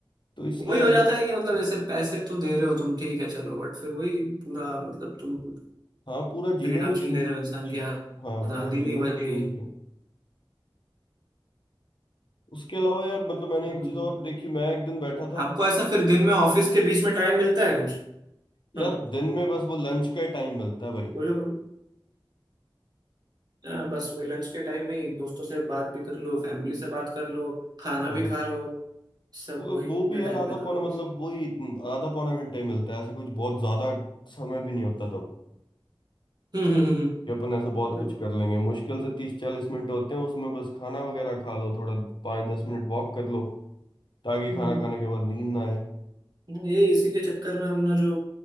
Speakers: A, on the left; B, on the right.
A: तो इसलिए
B: वही
A: यार
B: हो जाता है कि मतलब जैसे पैसे तो दे रहे हो तुम ठीक है चलो बट फिर वही पूरा मतलब तुम
A: हाँ पूरा
B: फ्रीडम
A: जीवन ही
B: छीन
A: छीन
B: ले रहे हो इंसान
A: छीन
B: की आजादी
A: हाँ पूरा जीवन
B: नहीं बची
A: ही छीन पे उसके अलावा यार मतलब मैंने
B: हम्म
A: एक चीज
B: हम्म,
A: और
B: हम्म।
A: देखी मैं एक दिन बैठा था
B: आपको ऐसा फिर दिन में ऑफिस के बीच में टाइम मिलता है कुछ
A: यार
B: हाँ
A: दिन में बस वो लंच का टाइम मिलता है भाई
B: बोलो बोलो हाँ, बस वही लंच के टाइम में ही दोस्तों से बात भी कर लो फैमिली से बात कर लो खाना
A: हाँ
B: भी खा लो सब
A: वो
B: वही
A: वो
B: उतने
A: भी यार
B: टाइम
A: आधा
B: में करो
A: पौना
B: बस
A: मतलब वही आधा पौना घंटा ही मिलता है ऐसे कुछ बहुत ज्यादा समय भी नहीं होता तब
B: हम्म हम्म हम्म हम्म
A: कि अपन ऐसे बहुत
B: वही।
A: कुछ कर लेंगे मुश्किल से तीस चालीस मिनट होते हैं उसमें बस खाना वगैरह खा लो थोड़ा पाँच दस मिनट वॉक कर लो ताकि
B: हम्म।
A: खाना खाने के बाद नींद ना आए
B: ये इसी के चक्कर में हमने जो